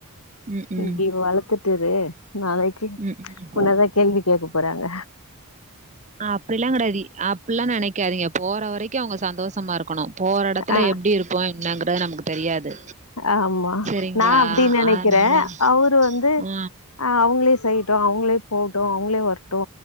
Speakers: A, on the right; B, on the left.
A: ம் ம்
B: இப்படி வளர்த்துட்டுரு நாளைக்கு
A: ம் ம்
B: உன்னாதா கேள்வி கேட்க போறாங்க
A: அப்டில்லா கெடையாது அப்ல்லா நெனைக்காதீங்க போற வரைக்கும் அவுங்க சந்தோஷமா இருக்கணு போற எடத்துல
B: ஆ
A: எப்டி இருப்பா என்னாங்கறது நமக்கு தெரியாது
B: ஆமா
A: சரிங்களா?
B: நான் அப்டி நெனைக்கிறே
A: அதனால
B: அவரு வந்து
A: ஆ
B: அஹ் அவ்ங்ளே செய்யிடோ அவுங்களே போட்டு அவுங்களே வரட்டு